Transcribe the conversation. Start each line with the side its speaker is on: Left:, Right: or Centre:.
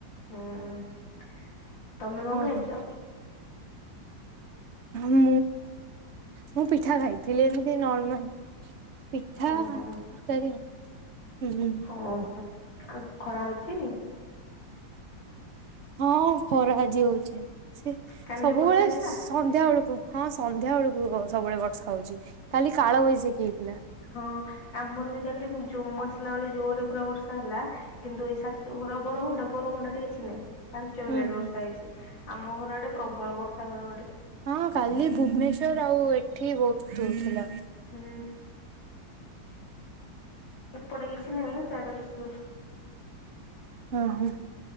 Left: ହୁଁ ତମେ କଣ ଖାଇଚ?
Right: ହଁ ମୁଁ ମୁଁ ପିଠା ଖାଇଥିଲି ଏମିତି ନର୍ମାଲ। ପିଠା
Left: ଓହୋ
Right: ତରକାରୀ ଆଉ।
Left: ଓହୋଃ ଆଉ ଖରା ହଉଛି?
Right: ହଁ ଖରା ଆଜି ହଉଛି, ସେ
Left: କାଲି
Right: ସବୁବେଳେ
Left: ବର୍ଷା ହେଇଥିଲା?
Right: ସ୍ ସନ୍ଧ୍ୟା ବେଳକୁ, ହଁ ସନ୍ଧ୍ୟା ବେଳକୁ ସବୁବେଳେ ବର୍ଷା ହଉଛି, କାଲି କାଳ ବୈଶାଖୀ ହେଇଥିଲା।
Left: ହଁ ଆମର ବି କାଲି ଯୋଉ ମୁଁ ଆସିଲା ବେଳେ ଜୋରରେ ପୁରା ବର୍ଷା ହେଲା। କିନ୍ତୁ ଏଇ ଶାଶୁଘର ବରମୁଣ୍ଡା, ବରମୁଣ୍ଡାଠି କିଛି ନାଇଁ ପାଞ୍ଚ
Right: ହୁଁ
Left: ମିନିଟ୍
Right: ହୁଁ
Left: ବର୍ଷା ହେଇଛି। ଆମ ଘରଆଡେ ପ୍ରବଳ ବର୍ଷା ଘଡ଼ଘଡ଼ି।
Right: ହଁ କାଲି ଭୁବନେଶ୍ୱର ଆଉ ଏଠି ବହୁତ ଦୋଉଥିଲା।
Left: ହୁଁ। ଏପଟେ କିଛି ନାହିଁ ସେଆଡେ ବେଶୀ।
Right: ହୁଁ-ହୁଁ